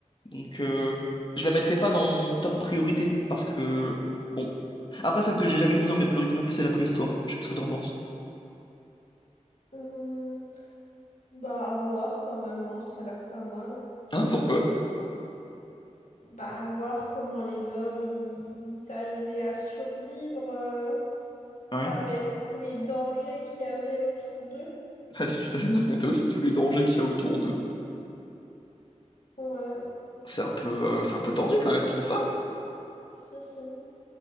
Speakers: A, on the left; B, on the left.
A: Donc, euh, je la mettrai pas dans mon top priorité, parce que, bon. Après, celle que j'ai jamais mis dans mes priorités non plus, c'est la préhistoire. Je sais pas ce que t'en penses.
B: Hmm, bah à voir quand même, hein, ça a l'air pas mal.
A: Ah, pourquoi?
B: Bah à voir comment les hommes, ils, ils arrivaient à survivre. euh,
A: Ouais.
B: avec tous les dangers qu'il y avait autour d'eux.
A: Ah, tu dois les affronter aussi, tous les dangers qu'il y a autour d'eux.
B: Ouais,
A: C'est un peu, euh, c'est un peu tendu quand même, tu trouves pas?
B: si, si.